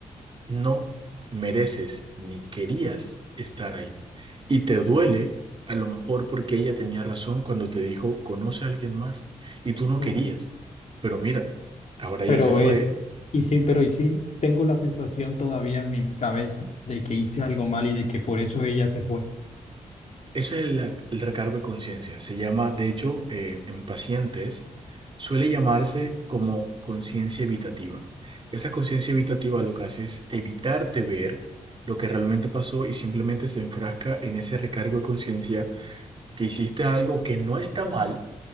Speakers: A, on the right; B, on the left.
A: no mereces ni querías estar ahí. Y te duele a lo mejor porque ella tenía razón cuando te dijo, conoce a alguien más y tú no querías.
B: Mm.
A: Pero mira, ahora
B: Pero
A: ella se fue.
B: es, y sí, pero y sí, tengo la sensación todavía en mi cabeza de que hice algo mal y de que por eso ella se fue.
A: Eso es el, el recargo de conciencia. Se llama, de hecho, eh, en pacientes, suele llamarse como conciencia evitativa. Esa conciencia evitativa lo que hace es evitarte ver lo que realmente pasó y simplemente se enfrasca en ese recargo de conciencia que hiciste algo que no está mal,